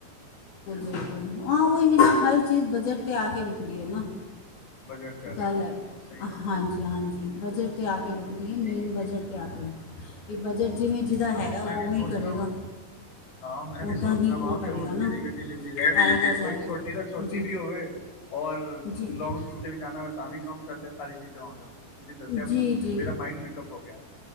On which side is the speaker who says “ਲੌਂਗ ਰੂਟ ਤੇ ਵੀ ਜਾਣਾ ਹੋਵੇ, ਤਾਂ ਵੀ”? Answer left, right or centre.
Left